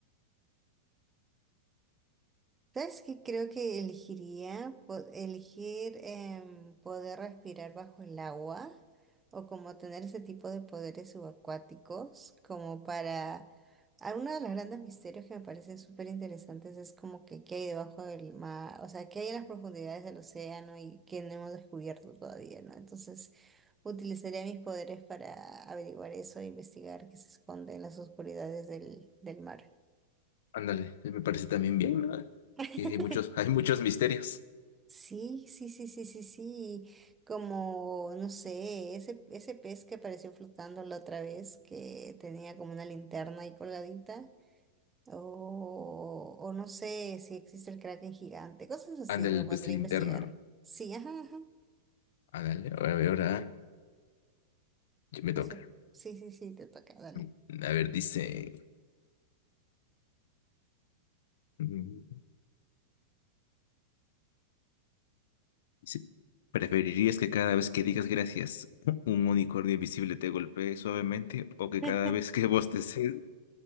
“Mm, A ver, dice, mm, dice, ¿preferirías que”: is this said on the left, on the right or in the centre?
Left